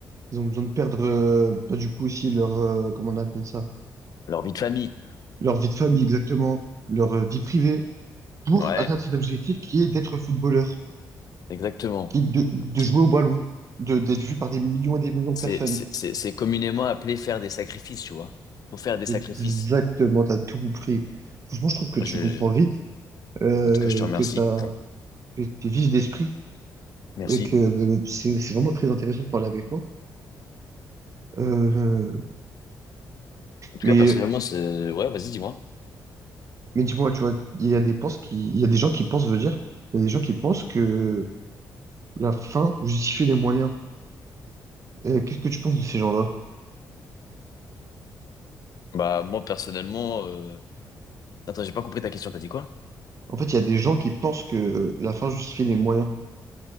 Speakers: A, on the right; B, on the left.
A: Ils ont besoin de perdre, euh, bah, du coup, aussi leur, euh, comment on appelle ça,
B: Leur vie de famille.
A: leur vie de famille, exactement, leur euh, vie privée. pour
B: Ouais.
A: atteindre cet objectif qui est d'être footballeur,
B: Exactement.
A: qui est de, de
B: C'est,
A: jouer au ballon, de, d'être vu par des millions et des millions de
B: c'est,
A: personnes.
B: c'est, c'est c'est communément appelé faire des sacrifices, tu vois. Faut faire des sacrifices.
A: Exactement, t'as tout compris. Franchement, je trouve que
B: Je,
A: tu
B: je-
A: comprends vite, euh,
B: En tout cas, je te remercie.
A: que t'as, que t'es vif d'esprit
B: Merci.
A: et que euh, c'est, c'est vraiment très intéressant de parler avec toi. Euh,
B: En tout
A: mais,
B: cas, personnellement, c'est, ouais, vas-y, dis-moi.
A: mais dis-moi, tu vois, il y a des penses qui, il y a des gens qui pensent, veut dire, il y a des gens qui pensent que la fin justifie les moyens. Euh, qu'est-ce que tu penses de ces gens-là?
B: Bah, moi, personnellement, euh... attends, j'ai pas compris ta question. T'as dit quoi?
A: En fait, il y a des gens qui pensent que la fin justifie les moyens.